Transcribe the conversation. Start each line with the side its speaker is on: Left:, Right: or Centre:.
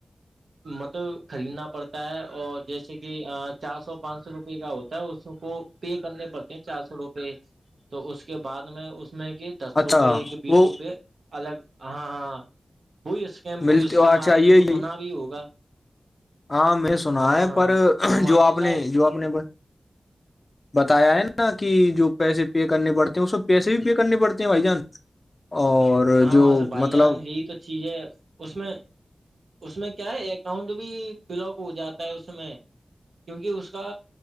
Right: مطلب خریدنا پڑتا ہے اور جیسے کہ چار سو پانچ سو روپے کا ہوتا ہے اس کو پے کرنے پڑتے ہیں چار سو روپے تو اس کے بعد میں اس میں کہ دس
Left: اچھا
Right: روپے کہ بیس
Left: وہ
Right: روپے الگ ہاں ہاں وہ اسکیم وہ
Left: ملتے
Right: اسکیم
Left: اچھا
Right: آپ نے
Left: یہ
Right: تو سنا بھی ہوگا
Left: ہاں میں سنا ہے
Right: ہاں
Left: پر
Right: تو ماشاء
Left: جو آپ
Right: اللہ
Left: نے جو آپنے بتایا ہے نا کہ جو پیسے پے کرنے پڑتے ہیں اس میں پیسے بھی پے کرنے پڑتے ہیں بھائی جان اور
Right: ہاں
Left: جو
Right: واںس بھائی
Left: مطلب
Right: جان یہی تو چیز ہے اس میں اس میں کیا ہے اکاؤنٹ بھی بلاک ہو جاتا ہے اس میں کیونکہ اس کا